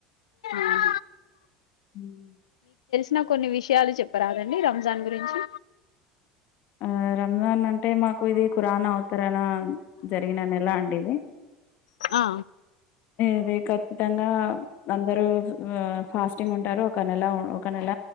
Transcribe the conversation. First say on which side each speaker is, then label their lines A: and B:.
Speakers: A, on the left; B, on the left.
A: ఆహా
B: హుమ్మ్
A: నాక్ కొన్ని విషయాలు చెప్పరాదండి రంజాన్ గురించి
B: ఆ రంజాన్ అంటే మాకు ఇది ఖురానా అవుతారనా జరిగిన నెల అండి ఇది
A: ఆ
B: ఇది ఖచ్చితంగా అందరు ఆ ఫాస్టింగ్ ఉంటారు ఒక నెల ఒక నెల